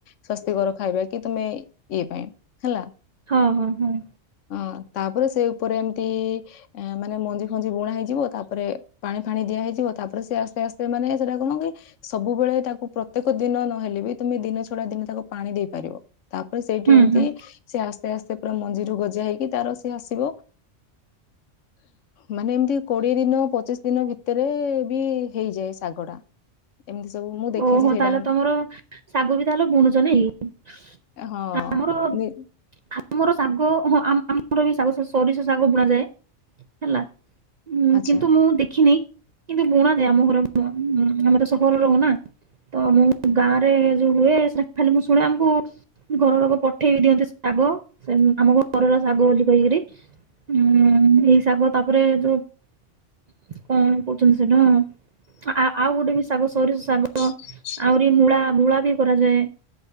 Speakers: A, on the left; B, on the right.
A: ସ୍ବାସ୍ଥ୍ୟକର ଖାଇବା, କି ତୁମେ ଇଏ ପାଇଁ, ହେଲା
B: ହଁ, ହଁ, ହଁ-
A: ହଁ, ତାପରେ ସେ ଉପରେ ଏମତି, ମାନେ ମଞ୍ଜି, ଫଞ୍ଜି ବୁଣା ହେଇଯିବ। ତାପରେ ପାଣି, ଫାଣି ଦିଆ ହେଇଯିବ। ତାପରେ ସେ ଆସ୍ତେ, ଆସ୍ତେ ମାନେ ସେଟା କଣ, କି ସବୁବେଳେ ତାକୁ ପ୍ରତ୍ୟେକ ଦିନ ନହେଲେ, ବି ତମେ ଦିନ ଛଡା ଦିନ, ତାକୁ ପାଣି ଦେଇପାରିବ। ତାପରେ ସେଇଠୁ
B: ହୁଁ
A: ଏମତି,
B: ହୁଁ
A: ସିଏ ଆସ୍ତେ, ଆସ୍ତେ ପୁରା ମଞ୍ଜିରୁ ଗଜା ହେଇକି ତାର ସିଏ ଆସିବ। ମାନେ ଏମତି କୋଡିଏ ଦିନ ପଚିଶ ଦିନ ଭିତରେ ବି ହେଇଯାଏ, ଶାଗ ଟା ଏମତି- ତ, ମୁଁ ଦେଖିଛି
B: ଓହୋ
A: ସେଇଟା।
B: ତାହେଲେ ତମର ଶାଗ ବି ତାହେଲେ ବୁଣୁଛ ନାଇକି
A: ହଁ
B: ଆମର
A: ନି-
B: ଆମର ଶାଗ ହଁ ଆମ୍ ଆମର ବି ଶାଗ ସବ୍ ସୋରିଷ ଶାଗ ବୁଣାଯାଏ ହେଲା ହୁଁ
A: ଆଚ୍ଛା
B: କିନ୍ତୁ ମୁଁ ଦେଖିନି କିନ୍ତୁ ବୁଣା ନାଇ ଆମ ଘର ମ୍ ଆମର ସହରରେ ରହୁ ନା ତ ମୁଁ ଗାଁରେ ଯୋଉ ହୁଏ ସେଟା ଖାଲି ମୁଁ ଶୁଣେ ଆମକୁ ଘର ଲୋକ ପଠେଇବି ଦି ଦିଅନ୍ତି ଶାଗ ସେ ଆମ ଘରର ଶାଗ ବୋଲି କହିକରି ହୁଁ ଏଇ ଶାଗ ତାପରେ ଯୋଉ କଣ କହୁଛନ୍ତି ସେଇଟା ଆ ଆଉ ଗୋଟେ ବି ଶାଗ ସୋରିଷ ଶାଗ
A: <unintelligible>
B: ଆହୁରି ମୂଳା ମୂଳା ବି କରାଯାଏ